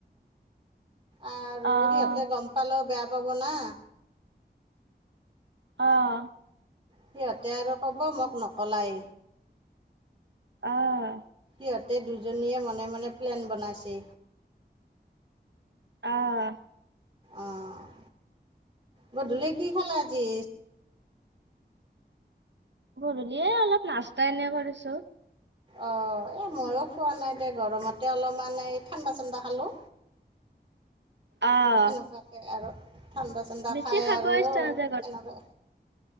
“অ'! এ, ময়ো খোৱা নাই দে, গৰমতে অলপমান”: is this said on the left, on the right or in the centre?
Right